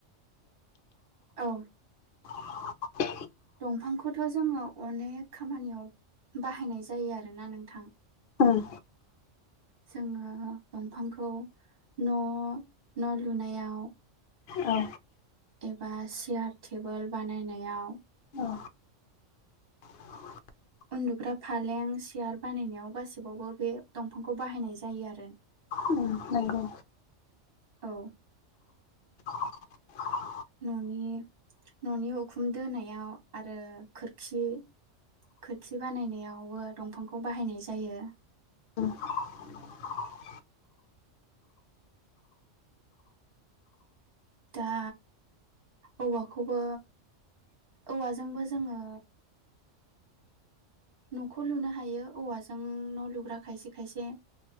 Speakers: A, on the right; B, on the left.
A: औ
B: <unintelligible>
A: दंफांखौथ' जोङो अनेक खामानियाव बाहायनाय जायो आरोना नोंथां
B: उम
A: जोङो दंफांखौ न' न' लुनायाव
B: औ
A: एबा सियार टेबोल बानायनायाव
B: औ <inaudible>
A: उन्दुग्रा फालें सियार बानायनायाव गासिबावबो बे दंफांखौ बाहायनाय जायो आरो
B: उ नंगौ
A: औ
B: <inaudible>
A: न'नि न'नि उखुम दोनायाव आरो खोरखि खोरखि बानायनायावबो दंफांखौ बाहायनाय जायो
B: <inaudible>
A: दा औवाखौबो औवाजोंबो जोङो न'खौ लुनो हायो औवाजों न' लुग्रा खायसे खायसे